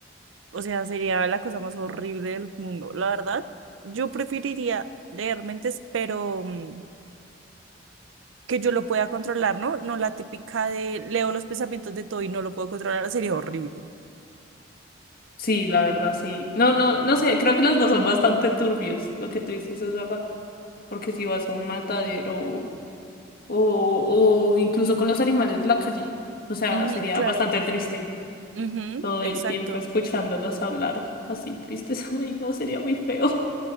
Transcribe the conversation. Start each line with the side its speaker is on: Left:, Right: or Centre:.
Right: O sea, sería la cosa más horrible del mundo. La verdad, yo preferiría leer mentes, pero mm, que yo lo pueda controlar, ¿no? No la típica de leo los pensamientos de todo y no lo puedo controlar, sería horrible.
Left: Sí, la verdad, sí. No, no, no sé, creo que los dos son bastante turbios. Lo que tú dices es verdad. Porque si vas a un matadero o, o incluso con los animales de la calle, o sea,
Right: Ujú,
Left: sería
Right: claro.
Left: bastante triste
Right: Ujú,
Left: todo
Right: exacto.
Left: el tiempo escuchándolos
Right: <clears throat>
Left: hablar así tristes. <laughs> Ay, no, sería muy feo.